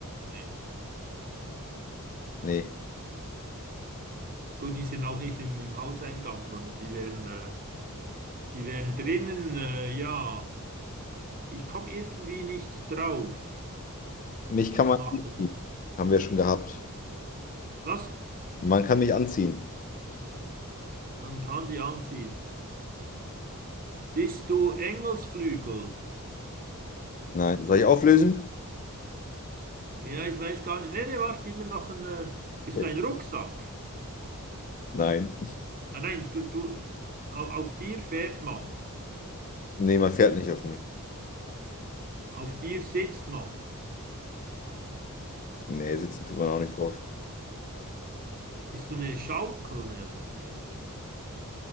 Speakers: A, on the right; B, on the left.
A: Nee.
B: Nee.
A: Gut, die sind auch nicht im, im Hauseingang, sondern die wären, äh, die wären drinnen, äh, ja. Ich komme irgendwie nicht drauf.
B: Mich
A: Aber
B: kann
A: das
B: man
A: macht
B: anziehen.
A: er nicht.
B: Haben wir schon gehabt.
A: Was?
B: Man kann mich anziehen.
A: Dann kann die anziehen. Bist du Engelsflügel?
B: Nein. Soll ich auflösen?
A: Ja, ich weiß gar nicht. Nee, nee, warte, gib mir noch einen. Äh, bist
B: Okay.
A: du ein Rucksack?
B: <laughs> Nein.
A: Ah, nein, du, du, au- auf dir fährt man.
B: Nee, man fährt nicht auf mir.
A: Auf dir sitzt man.
B: Nee, sitzen tut man auch nicht drauf.
A: Bist du eine Schaukel? Nee, also, äh,